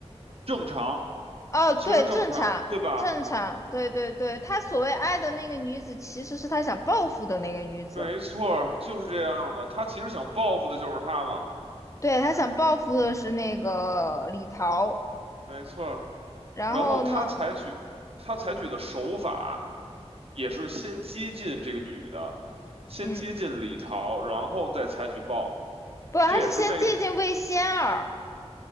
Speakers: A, on the right; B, on the left.
A: 正常。
B: 哦，对，
A: 其实正常，
B: 正常，
A: 对吧？
B: 正常，对对对，他所谓爱的那个女子，其实是他想报复的那个女子，
A: 没错儿，就是这样的。他其实想报复的就是他嘛，
B: 对，他想报复的是那个李桃，
A: 没错儿。然后他采取他采取的手法
B: 然后呢，
A: 也是先接近这个女的，先接近李桃，
B: 嗯，
A: 然后再采取报复。
B: 不，他是先接近魏仙儿，
A: 这也是为